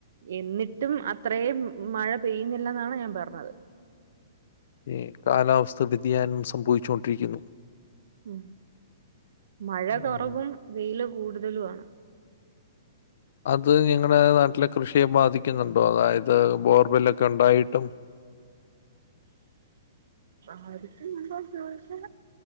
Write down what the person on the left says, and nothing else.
ഏ കാലാവസ്ഥ വ്യതിയാനം സംഭവിച്ചു കൊണ്ടിരിക്കുന്നു
ഉം.
അത് നിങ്ങടെ നാട്ടിലെ കൃഷി യെ ബാധിക്കുന്നുണ്ടോ അതായത് ബോർവെല്ലൊക്കെ ഒണ്ടായിട്ടും